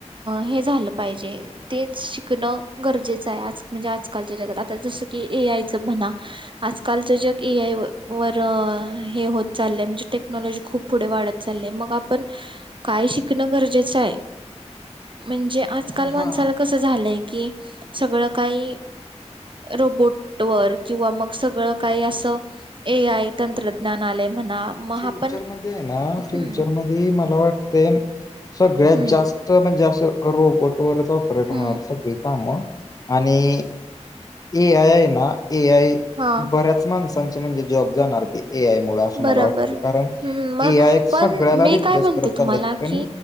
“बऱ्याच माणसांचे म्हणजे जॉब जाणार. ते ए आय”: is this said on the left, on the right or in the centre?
Left